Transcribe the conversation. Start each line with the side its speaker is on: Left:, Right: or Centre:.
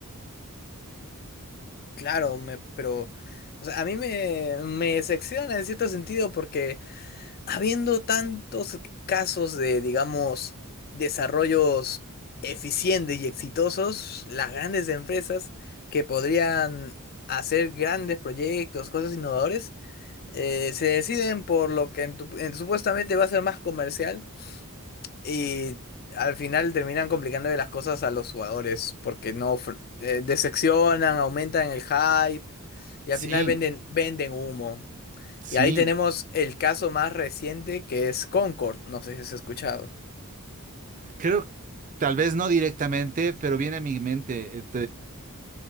Left: Claro, me, pero o sea, a mí me, me decepciona en cierto sentido porque Habiendo tantos casos de, digamos, desarrollos eficientes y exitosos, las grandes empresas que podrían hacer grandes proyectos, cosas innovadoras, eh, se deciden por lo que en tu- en- supuestamente va a ser más comercial y al final terminan complicándole las cosas a los jugadores porque no ofre- eh, decepcionan, aumentan el hype y
Right: Sí,
Left: al final venden, venden humo.
Right: sí,
Left: Y ahí tenemos el caso más reciente que es Concord. No sé si has escuchado.
Right: creo, tal vez no directamente, pero viene a mi mente